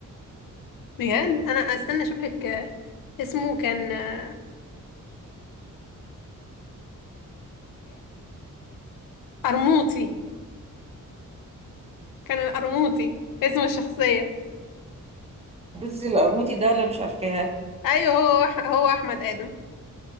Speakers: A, on the left; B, on the right.
A: بجد انا استنى اشوف لك آه، اسمه كان آه، القرموطي كان القرموطي اسم الشخصيه
B: حبيبتي القرموطي ده ولا مش عارفاها
A: ايوه هو أح- هو احمد ادم